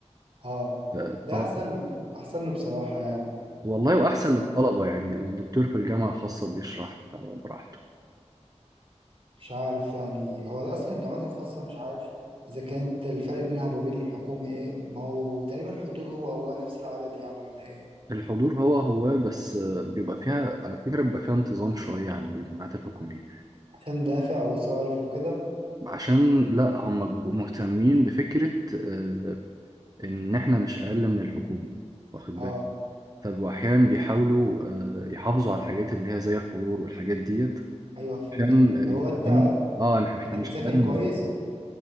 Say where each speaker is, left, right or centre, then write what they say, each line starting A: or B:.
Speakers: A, on the right (about 50°); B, on the right (about 30°).
A: اه
B: الطلبة
A: ده احسن له احسن له بصراحة يعني
B: والله واحسن للطلبه يعني الدكتور في الجامعه الخاصه بيشرح آه، براحته
A: مش عارف يعني هو اصلا الجامعات الخاصه مش عارف اذا كانت الفرق بينها وما بين الحكومي ايه ما هو تقريبا الحضور هو هو نفس العدد يعني ولا ايه
B: الحضور هو هو بس آه، بيبقى فيها على فكره بيبقى فيها انتظام شويه عن الجامعات الحكوميه
A: عشان دافع وصارف وكده
B: عشان لا هم بيبقوا مهتمين بفكرة آه، ان احنا مش اقل من الحكومه واخد
A: اه
B: بالك طب واحيانا بيحاولوا آه، يحافظوا على الحاجات اللي هي زي الحضور والحاجات ديت
A: ايوه فهمتك
B: عشان آه،
A: طب هو انت
B: يبقوا- اه إح- احنا
A: انت بتذاكر
B: مش اقل
A: كويس
B: من